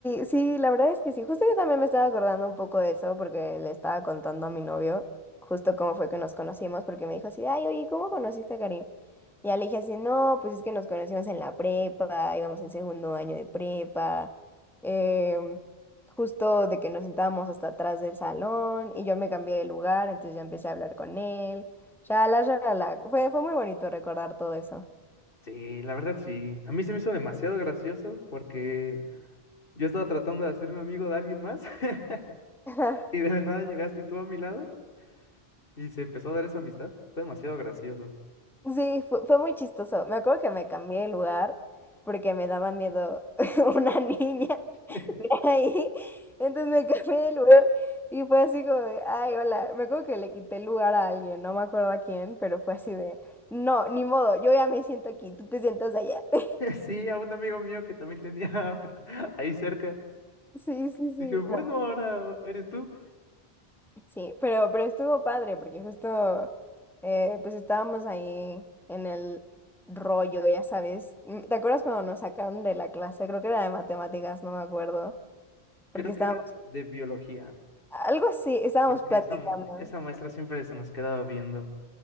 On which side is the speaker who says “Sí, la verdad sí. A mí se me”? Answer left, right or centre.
Left